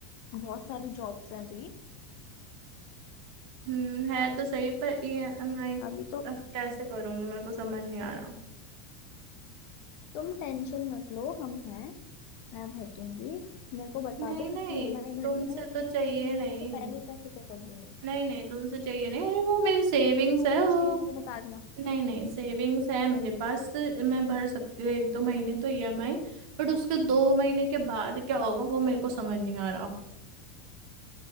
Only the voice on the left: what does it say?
बहुत सारी जॉब्स हैं अभी
अभी तो
तुम टेंशन मत लो हम हैं मैं भर दूंगी मेरे को बता
दो
कितनी ईएमआई भरनी
है मैं तुम्हें
महीने
से पहले ही पैसे पे कर दूंगी
क्यों
नहीं
चाहिए मेरे को बता देना